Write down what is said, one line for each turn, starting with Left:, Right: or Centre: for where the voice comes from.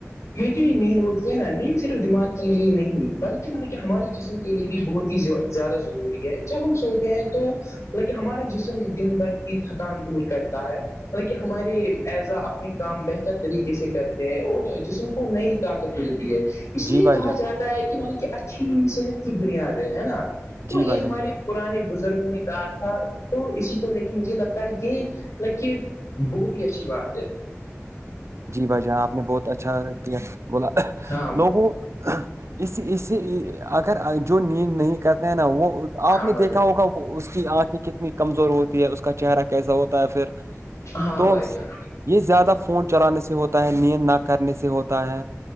Left: ی جو نیند ہوتی ہے نا نیند صرف دماغ کے لیے نہیں بلکہ مطلب کہ ہمارے جسم کے لیے بھی بہت ہی زیادہ ضروری ہے جب ہم سوتے ہیں تو لیک ہمارا جسم دن بھر کی تھکان دور کہتا ہے ح کہ ہمارے ایزا اپنے کام بہتر طریقے سے کرتے ہیں اور جسم کو نئی آ کر ملتی ہے اس
Right: جی
Left: لیے
Right: بھائی
Left: کہا
Right: جان
Left: جاتا ہے کہ مطلب کہ اچھی صحت کی بنیاد ہے نا
Right: جی
Left: تو یہ
Right: بھائی جان
Left: ہمارے
Right: جی بھائی
Left: پرانے بزرگوں نے کہا تھا تو اسی کو لے کے مجھے لگتا ہے یہ لائک یہ بہت ہی اچھی بات ہے
Right: جی بھائی جان آپ نے بہت اچھا کیا بولا
Left: ہاں
Right: لوگوں اس اس سے اگر جو نیند نہیں کرتے ہے نا وہ آپ
Left: ہاں
Right: نے
Left: بھائی
Right: دیکھا
Left: جان
Right: ہوگا اس کی آنکھیں کتنی کمزور ہوتی ہے اس کا چہرہ کیسا ہوتا ہے پھر
Left: ہاں
Right: تو
Left: بھائی جان
Right: یہ زیادہ فون چلانے سے ہوتا ہے نیت نہ کرنے سے ہوتا ہے